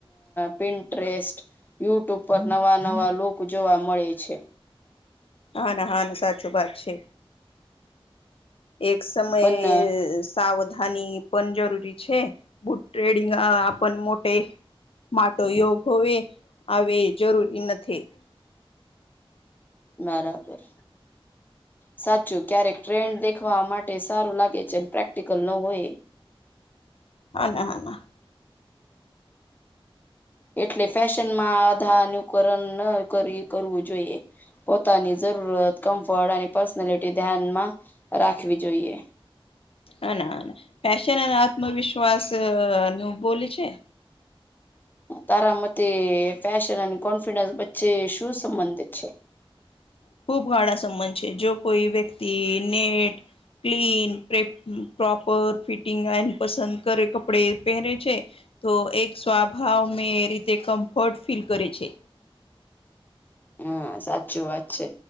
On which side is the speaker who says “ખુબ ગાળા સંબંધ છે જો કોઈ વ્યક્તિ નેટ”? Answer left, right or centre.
Left